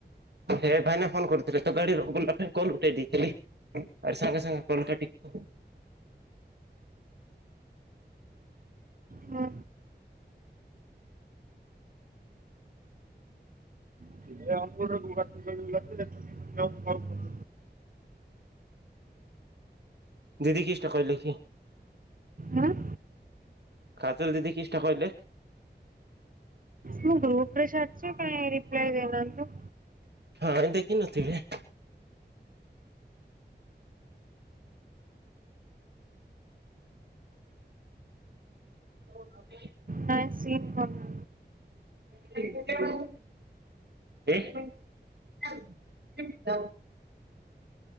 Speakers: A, on the right; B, on the right.
A: ହେ ଭାଇନା ଫୋନ କରୁଥିଲେ ତ ଗାଡି ର ପାଇଁ କଲ୍ ଉଠେଇ ଦେଇଥିଲି। ଆରେ ସାଙ୍ଗେ ସାଙ୍ଗେ କଲ୍ କାଟିକି
B: ହୁଁ ଅଙ୍ଗ <unintelligible>
A: ଦିଦି କିଛିଟା କହିଲେ କି
B: ଆ <unintelligible>
A: କାଜଲ୍ ଦିଦି କିଛିଟା କହିଲେ।
B: ମୁଁ ଗ୍ରୁପ ରେ ଛାଡିଛି କେହି ରିପ୍ଲାଏ ଦେଇନାହାନ୍ତିତ।
A: ହଁ ଏ ଦେଖିନଥିବେ। ହ ହ <unintelligible>
B: ନାଇଁ ସିନ୍ କରିନାହାନ୍ତି।
A: <unintelligible> <unintelligible>